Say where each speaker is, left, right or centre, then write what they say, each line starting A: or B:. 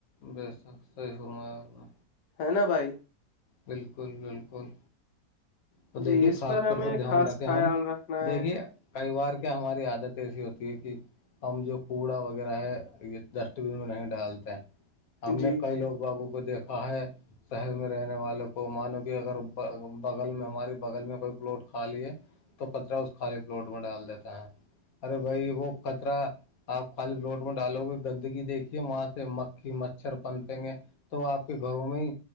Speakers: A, on the left; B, on the left.
A: بسک صی ہوما اپنا
B: ہے نا بھائی
A: بالکل بالکل تو
B: جی
A: دیکھیے
B: اس
A: خاص
B: پر
A: طور
B: ہمیں
A: پہ دھیان
B: خاص
A: رکھے
B: خیال
A: ہم
B: رکھنا ہے
A: دیکھیے کئی بار کیا ہماری عادت ایسی ہوتی ہے کہ ہم جو کوڑا وغیرہ ہے یہ ڈسٹ بین میں نہیں ڈالتے ہم نے
B: جی
A: کئی لوگ بابو کو دیکھا ہے شہر میں رہنے والوں کو مانو کہ اگر بغل میں ہو ہمارے بغل میں کوئی پلٹ کھا لیے تو کچرا اس خالی پلٹ میں ڈال دیتے ہیں ارے بھائی وہ کطرا آپ خالی پلوٹ میں ڈالو گے گندگی دیکھیے وہاں سے مکھی مچھر پن پیں گے تو آپ کے گھروں میں ہی